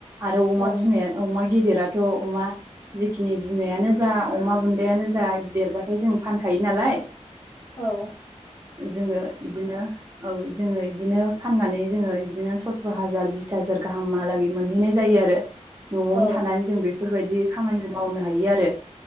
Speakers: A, on the right; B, on the left.
A: आरो अमा
B: औ
A: बिमाया अमा गेदिराथ अमा जिेखिनि बिमायानो जा अमा बुन्दायानो जा देरबाथाय जों फानखायो नालाय
B: औ
A: जोङो बिदिनो औ जोङो इदिनो फाननानै जोङो बिदिनो सत्र त्हाजार बिस हाजार गाहामलागै मोनहैनाय जायो आरो 'आवनो
B: औ
A: थानानै जों बेफोरबायदि खामानिखौ मावनो हायो आरो